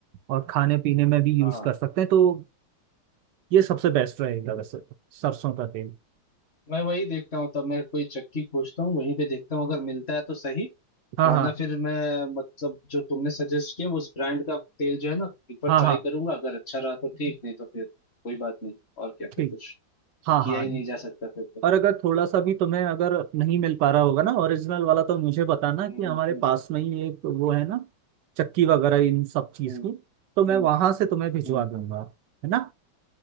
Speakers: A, on the right (about 70°); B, on the left (about 35°).
A: और खाने पीने में भी यूज़
B: हाँ
A: कर सकते हैं तो ये सबसे बेस्ट रहेगा वैसे तो, सरसों का तेल
B: मैं वही देखता हूँ तब मैं कोई चक्की खोजता हूँ वहीं पे देखता हूँ अगर मिलता है तो सही
A: हाँ
B: वरना
A: हाँ
B: फिर मैं मतलब जो तुमने सजेस्ट किया उस ब्रांड का तेल जो है ना एक बार
A: हाँ
B: ट्राई
A: हाँ
B: करूंगा अगर अच्छा रहा तो ठीक नहीं तो फिर कोई बात नहीं और क्या
A: ठीक
B: फिर कुछ
A: हाँ
B: किया
A: हाँ
B: ही नहीं जा सकता फिर तो
A: और अगर थोड़ा सा भी तुम्हें अगर नहीं मिल पा रहा होगा ना ओरिजिनल वाला तो मुझे बताना
B: हम्म
A: कि हमारे
B: हम्म
A: पास में ही एक वो है ना चक्की वगैरह इन सब चीज
B: हम्म
A: की तो मैं
B: हम्म
A: वहां से तुम्हें भिजवा
B: हम्म
A: दूंगा है ना